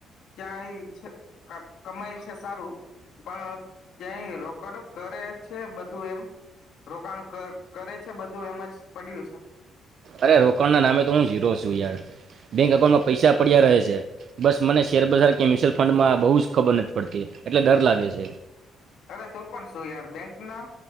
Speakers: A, on the left; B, on the right.
A: ક્યાંય છે ક કમાય છે સારું પણ ક્યાંય રોકડ કરે છે બધું એમ રોકાણ કરે છે બધું એમ જ પડ્યું છે.
B: અરે રોકાણના નામે તો હું ઝીરો છું યાર બેંક એકાઉન્ટ પૈસા પડ્યા રહે છે બસ મને શેરબજાર કે મ્યુચ્યુઅલ ફંડમાં બહુ જ ખબર નથી પડતી એટલે ડર લાગે છે.
A: અરે તો પણ શું યાર બેંકના